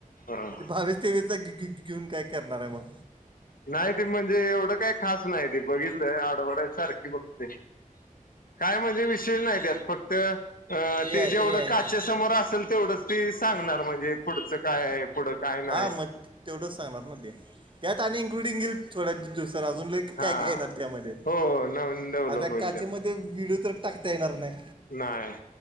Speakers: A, on the left (about 85°); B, on the right (about 35°).
A: ह
B: बावीस, तेवीस चा घे घेऊन, काय करणार आहे मग?
A: नाहीती म्हणजे, एवढं काय खास नाहीती बघितलं, आडवडाइज सारखी बघतोय. काय म्हणजे, विषय नाही त्यात फक्त अ
B: ए
A: ते
B: आय
A: जेवढं
B: ए आय
A: काचेसमोर असेल, तेवढंच ती सांगणार म्हणजे पुढचं काय आहे? पुढं काय नाही
B: हा मग तेवढंच सांगणार, ना ते त्यात आणि इन्क्लूडिंग येईल थोड्या दिवसानं अजून लई काय
A: हा
B: काय येणार त्यामध्ये,
A: हो नवीन डेव्हलप
B: आता
A: होईल
B: काचेमध्ये
A: त्यात
B: व्हिडिओ तर टाकता येणार नाही?
A: नाही.